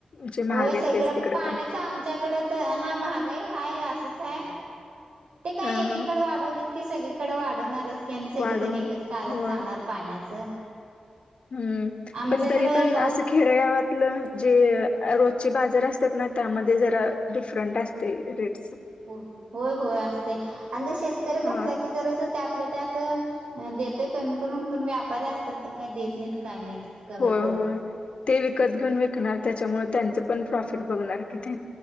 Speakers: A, on the left (about 60°); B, on the right (about 85°).
A: जे महाग
B: होय
A: आहेत
B: सगडं
A: तेच तिकडे
B: पाण्याच
A: पण
B: आमच्याकडे तर हा महागाई हाय असंच काय. ते काय
A: ह
B: एकीकडे
A: हा
B: वाढवलीत की सगळीकडे वाढवणारच की आणि
A: वाढवून
B: सगळीजण एकच कारण
A: हो
B: सांगणार पाण्याचं
A: हम्म
B: आमच्याकडं
A: पण तरी पण
B: पाऊस
A: असं खेडेगावातलं जे रोजचे बाजार असतात ना त्यामध्ये जरा डिफरंट असते रेट
B: हो होय होय असते आणि जर शेतकरी
A: ह
B: बसला की जर अस आपल्या त्या ता देतोय कमी करून पण व्यापारी असतात ते काही देत नाहीत काय नाहीत. कमी
A: होय
B: करून
A: होय ते विकत घेऊन विकणार त्याच्यामुळे त्यांचं पण
B: हो
A: प्रॉफिट बघणार कि ते